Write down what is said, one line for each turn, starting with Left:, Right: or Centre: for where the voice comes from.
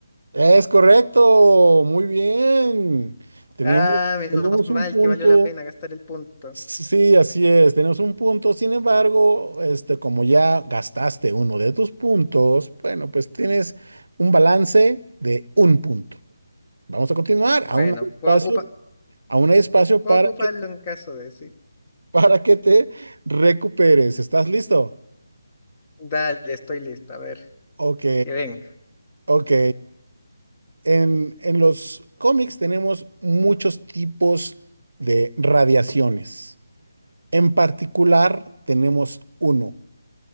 Right: Es correcto. Muy bien. Tenemos,
Left: Ah, menos
Right: tenemos
Left: mal
Right: un punto.
Left: que valió la pena gastar el punto.
Right: Sí, así es. Tenemos un punto. Sin embargo, este, como ya gastaste uno de tus puntos, bueno, pues tienes un balance de un punto. Vamos a continuar.
Left: Bueno,
Right: Aún hay espacio,
Left: puedo ocupa-
Right: aún hay espacio
Left: puedo
Right: para
Left: ocuparlo
Right: que,
Left: en caso de sí.
Right: para que te recuperes. ¿Estás listo?
Left: Dale, estoy lista, a ver,
Right: Ok,
Left: que venga.
Right: ok. En, en los cómics tenemos muchos tipos de radiaciones. En particular, tenemos uno.